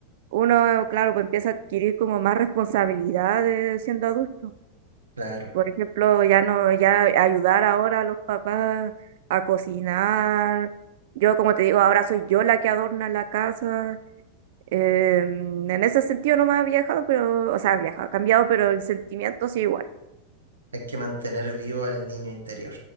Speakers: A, on the right; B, on the right.
A: uno, claro, pues empieza a adquirir como más responsabilidades siendo adulto.
B: Claro.
A: Por ejemplo, ya no, ya ayudar ahora a los papás a cocinar. Yo, como te digo, ahora soy yo la que adorna la casa. Eh, en ese sentido no me ha viajado, pero, o sea, ha viajado, ha cambiado, pero el sentimiento sí igual.
B: Hay que mantener vivo al niño interior.